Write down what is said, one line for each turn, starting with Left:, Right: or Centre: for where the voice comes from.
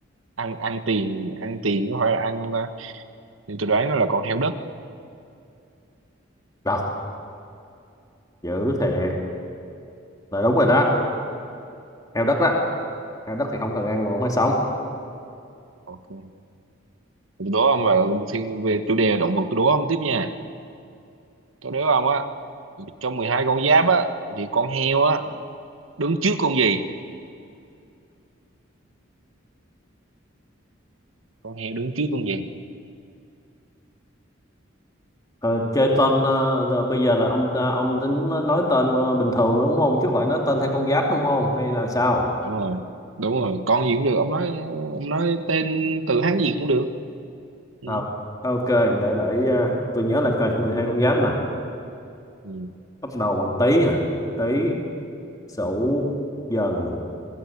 Right: ăn ăn tiền ăn tiền có phải là ăn không ta thì tôi đoán nó là con heo đất
Left: đâu dữ thiệt là đúng rồi đó heo đất đó heo đất thì không cần ăn mà vẫn phải sống
Right: ok tôi đố ông là thiên- về chủ đề động vật tôi đố ông tiếp nha tôi đố ông á trong 12 con giáp á thì con heo á đứng trước con gì con heo đứng trước con gì
Left: Ờ, chơi tên ờ, là bây giờ là ông ta- ông tính nói tên ờ, bình thường đúng không chứ không phải nói tên hay con giáp đúng không hay là sao
Right: đúng rồi đúng rồi con gì cũng được ông nói ông nói tên từ Hán gì cũng được ừ.
Left: Ờ, ok để để ờ, tôi nhớ là coi 12 con giáp nè
Right: ừ
Left: bắt đầu bằng tý nè tý sửu dần